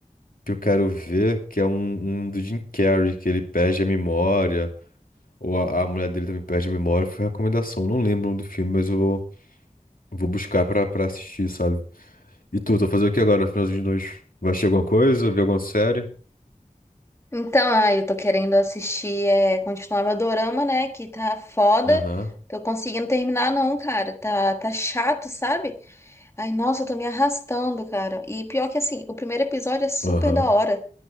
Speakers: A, on the left (about 80°); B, on the left (about 20°).
A: que eu quero ver, que é um, um do Jim Carrey, que ele perde a memória, ou a, a mulher dele também perde a memória. Foi recomendação, não lembro o nome do filme, mas eu vou, vou buscar pra, pra assistir, sabe? E tu, tu vai fazer o que agora, finalzinho de noite? Vai assistir alguma coisa, ver alguma série?
B: Então, ah, eu tô querendo assistir, é, continuar meu dorama, né, que tá foda.
A: Aham,
B: Tô conseguindo terminar não, cara. Tá, tá chato, sabe? Ai, nossa, eu tô me arrastando, cara. E pior que assim, o primeiro episódio é super
A: aham.
B: da hora.